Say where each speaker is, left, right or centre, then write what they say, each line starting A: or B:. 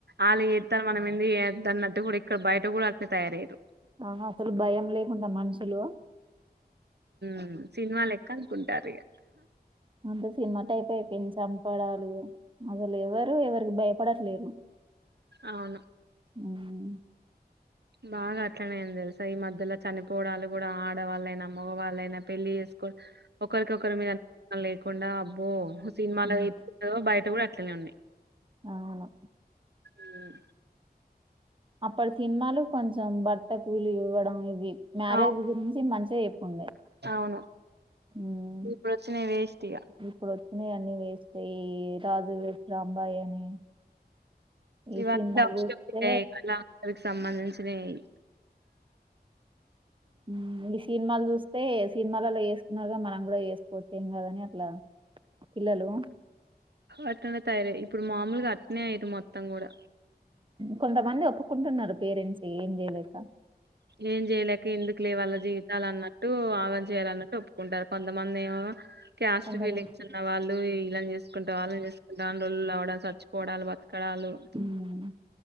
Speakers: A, on the right; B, on the right.
A: ఆళ్ళు చెత్తరు మనం ఎందుకు చేయ్యోద్ దన్నట్టు గుడా ఇక్కడ బయట గుడా అటనే తయారయ్యిరు
B: ఆహా అసలు భయం లేకుండా మనుషులు
A: ఉమ్ సినిమాలెక్క అనుకుంటారీగ
B: అంత సినిమా టైపె అయిపోయింది చంపడాలు అసలు ఎవరు ఎవరికి భయపడట్లేరు
A: అవును
B: హ్మ్
A: బాగా అట్లనే అయింది తెలుసా ఈ మధ్యల చనిపోవడాలు గుడా ఆడవాళ్ళైనా మగవాళ్ళయినా పెళ్ళి చేస్ కో ఒకరికొకరి మీద <unintelligible> లేకుండా అబ్బో సినిమాలో
B: ఉమ్,
A: ఎట్ల ఉన్నాయో బయట కూడా అట్లనే ఉన్నాయి
B: అవును
A: హ్మ్.
B: అప్పటి సినిమాలు కొంచెం భర్తకు విలువ ఇవ్వడం ఇవి మ్యారేజ్
A: అవును
B: గురించి మంచిగా చెప్పుండే
A: అవును
B: హ్మ్
A: ఇప్పుడొచ్చినాయీ వేస్ట్ ఇగ
B: ఇప్పుడు వచ్చినయి అన్ని వేస్టే ఈ రాజు వెడ్స్ రాంబాయ్ అని ఈ
A: ఇవ
B: సినిమాలు
A: ఔష
B: చూస్తే
A: <unintelligible> మంచినేయ్
B: మ్ గి సినిమాలు చూస్ చూస్తే సినిమాలలో వేసుకున్నారుగా మనం కూడా వేసుకోవచ్చు ఏం గాదని అట్లా పిల్లలు
A: అట్లనే తయారయీ ఇప్పుడు మామూల్గా అట్నే అయ్యిరు మొత్తం కూడా
B: కొంతమంది ఒప్పుకుంటున్నారు పేరెంట్స్ ఏం జేయలేక
A: ఏం జేయలేక ఎందుక్లే వాళ్ళ జీవితాలన్నట్టు ఆగం చేయాలన్నట్టు ఒప్పుకుంటారు కొంతమంది ఏమో క్యాస్ట్
B: కొంతమంది
A: ఫీలింగ్స్ ఉన్న వాళ్ళు ఇళ్లని జేసుకుంటా వాళ్ళని జేసుకుంటా లోల్ చచ్చిపోడాలు బత్కడాలు
B: హ్మ్.